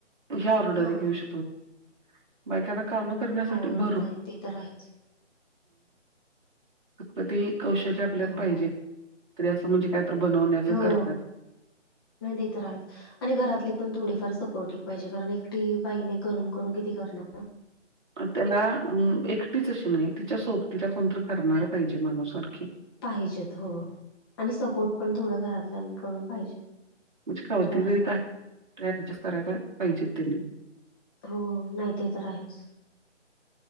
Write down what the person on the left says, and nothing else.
हा
हो
नाही ते तर आहेच
हो
हो
नाही देत राहांज. <inaudible> आणि घरातली पणं थोडीफार सपोर्टिव्ह पाहिजे. कारण एकटी बाईने करून- करून किती? करणारं.
पाहिजेतं होंव आणि सपोर्ट पण थोडं घरातल्याकडून पाहिजे.
थोडाफार.
होऔ नाही ते तर् आहेचं.